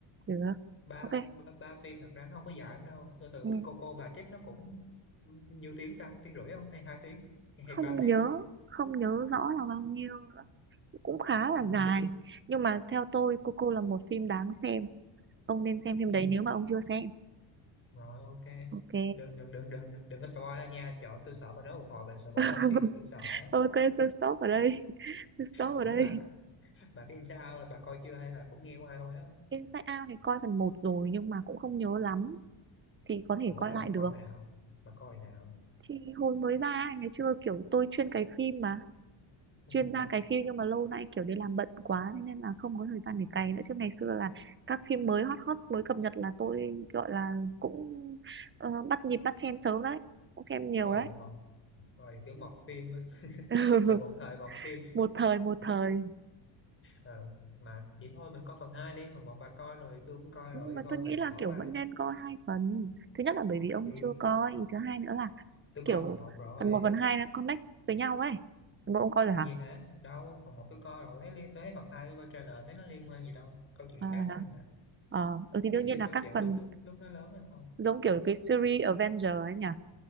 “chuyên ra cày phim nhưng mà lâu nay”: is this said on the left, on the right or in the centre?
Right